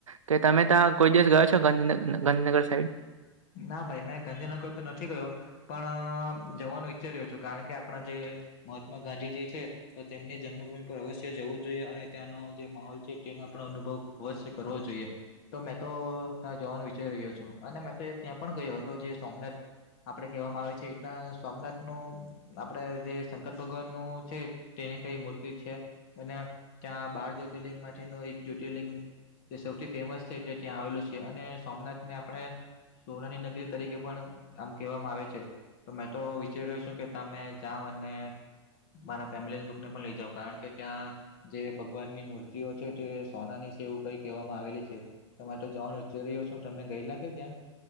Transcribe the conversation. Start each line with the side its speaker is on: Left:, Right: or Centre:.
Right: કે તમે ત્યાં કોઈ દિવસ ગયો છો ગાંધીન ગાંધીનગર સાઈડ
Left: ના ભાઈ મેં ગાંધીનગર તો નથી ગયો પણ જવાનું વિઈચ્ચાર રહ્યો છું કારણ કે આપણા જે મહાત્મા ગાંધી જે છે તો તેમની જન્મભૂમિ પર અવશ્ય જવું જોઈએ અને ત્યાંનો જે માહોલ છે તેનો પણ અનુભવ અવશ્ય કરવો જોઈએ તો મેં તો ત્યાં જવાનું વિચારી રહ્યો છું અને મેં તો ત્યાં પણ ગયો હતો જે સોમનાથ આપડે કહેવામાં આવે છે એટલા સોમનાથ નું આપડે જે શંકર ભગવાન નું છે તેની કઈ મૂર્તિ છે અને ત્યાં બાર જ્યોતિર્લિંગ માટે ન એક જ્યોતિર્લિંગ. જે સૌથી ફેમસ છે તે ત્યાં આવેલું છે અને સોમનાથને આપણે. સોનાની નગરી તરીકે પણ આમ કહેવામાં આવે છે. તો મેં તો વિચાર્યો છું કે તમે જાઓ અને. મારા ફેમિલી લુકને પણ લઈ જાાવ કારણ કે ત્યાં. જે ભગવાન ની મૂર્તિઓ છે તે સોનાની છે એવું કઈ કહેવામાં આવેલી છે. તમારે તો જવાનું ઉચ્ચર રહ્યો છો તમે ગય લાગે ત્યાં.